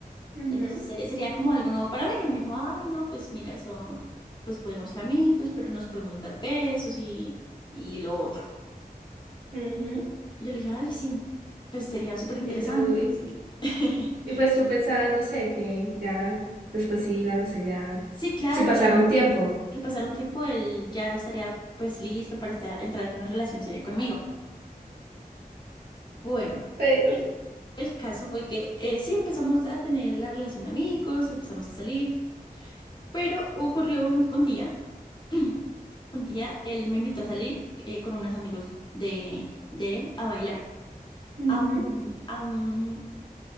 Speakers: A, on the right; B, on the left.
A: Ujú,
B: Entonces eh, sería como algo nuevo para mí. Y él me dijo, ay, no, pues mira, eso, pues podemos ser amigos, pero nos podemos dar besos y, y lo otro.
A: ujú.
B: Y yo le dije, ay, sí, pues sería súper interesante,
A: Y tú, y,
B: no sé qué. <laughs>
A: y pues tú pensabas, no sé, que ya después sí iban a ser ya,
B: Sí, claro,
A: sí pasará
B: yo.
A: un tiempo.
B: que pasara un tiempo, él ya estaría pues listo para estar- entrar en una relación seria conmigo. Bueno,
A: Pero,
B: el, el caso fue que eh, sí empezamos a tener la relación de amigos, empezamos a salir, pero ocurrió un, un día, <clears throat> un día él me invitó a salir eh, con unos amigos de, de él a bailar
A: ujú,
B: a un, a un,